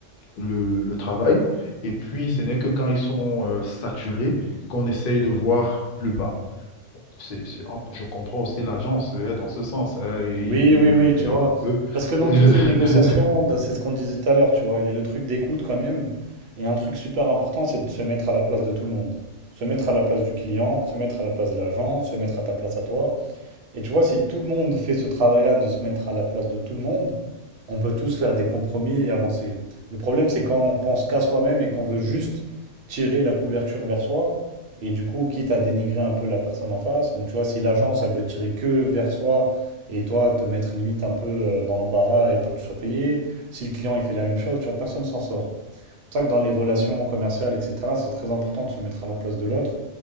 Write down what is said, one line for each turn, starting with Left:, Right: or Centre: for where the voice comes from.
Left: le, le travail. Et puis, ce n'est que quand ils sont euh, saturés qu'on essaye de voir plus bas. C'est, c'est- en- je comprends aussi l'agence euh, dans ce sens. hein, ils,
Right: Oui,
Left: ils
Right: oui,
Left: veulent
Right: oui,
Left: le meilleur
Right: tu vois.
Left: pour eux.
Right: Parce que dans
Left: <laughs>
Right: toutes les négociations, dans- c'est ce qu'on disait tout à l'heure, tu vois, il y a le truc d'écoute quand même. Et un truc super important, c'est de se mettre à la place de tout le monde. Se mettre à la place du client, se mettre à la place de l'agent, se mettre à ta place à toi. Et tu vois, si tout le monde fait ce travail-là de se mettre à la place de tout le monde, on peut tous faire des compromis et avancer. Le problème, c'est quand on pense qu'à soi-même et qu'on veut juste tirer la couverture vers soi, et du coup, quitte à dénigrer un peu la personne en face. Donc, tu vois, si l'agence, elle veut tirer que vers soi, et toi, te mettre limite un peu euh, dans l'embarras et pas que tu sois payé, si le client, il fait la même chose, tu vois, personne s'en sort. C'est vrai que dans les relations commerciales, etc., c'est très important de se mettre à la place de l'autre